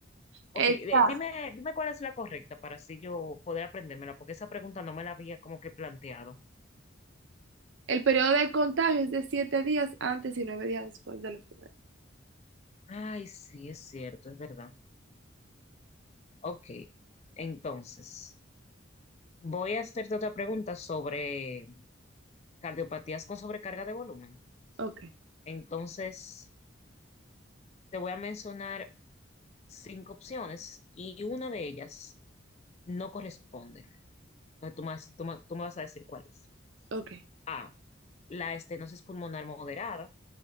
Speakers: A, on the right (about 65°); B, on the left (about 30°).
A: Está.
B: Ok, de- dime, dime cuál es la correcta para así yo poder aprendérmela, porque esa pregunta no me la había como que planteado.
A: El periodo de contagio es de 7 días antes y nueve días después de la enfermedad.
B: Ay, sí, es cierto, es verdad. Ok, entonces, voy a hacerte otra pregunta sobre cardiopatías con sobrecarga de volumen.
A: Ok,
B: Entonces, te voy a mencionar cinco opciones y una de ellas no corresponde. Entonces, tú, me vas- tú me tú me vas a decir cuál es.
A: ok.
B: A, la estenosis pulmonar moderada.